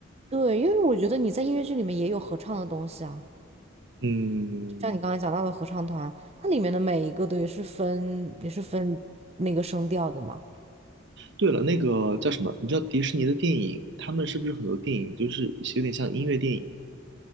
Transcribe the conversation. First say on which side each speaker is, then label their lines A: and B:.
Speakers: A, on the right (about 30°); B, on the right (about 60°).
A: 对，因为我觉得你在音乐剧里面也有合唱的东西啊，
B: 嗯，
A: 就像你刚才讲到的合唱团，它里面的每一个都也是分也是分那个声调的嘛。
B: 对了，那个叫什么？你知道迪士尼的电影，他们是不是很多电影就是有点像音乐电影？